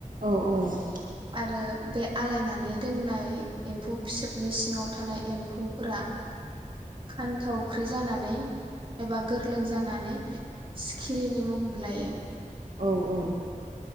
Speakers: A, on the right; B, on the right.
A: औ औ।
B: आरो बे आलायनानै दोननाय एम्फौ फिसोबनि सिंङाव थानाय एम्फौफोरा खान्थावख्रि जानानै एबा गोरलै जानानै सिखि सिखिरिनि मुं लायो।
A: औ औ।